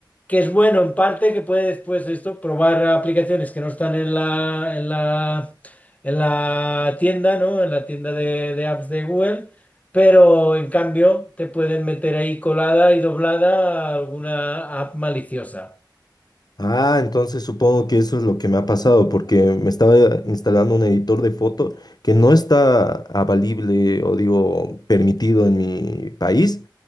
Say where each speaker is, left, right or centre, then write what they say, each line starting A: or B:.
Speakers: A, on the left; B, on the left.
A: que es bueno en parte, que puedes, pues esto, probar aplicaciones que no están en la, en la, en la tienda, ¿no? En la tienda de, de apps de Google. Pero en cambio te pueden meter ahí colada y doblada alguna app maliciosa.
B: Ah, entonces supongo que eso es lo que me ha pasado, porque me estaba instalando un editor de foto que no está avalible o digo permitido en mi país,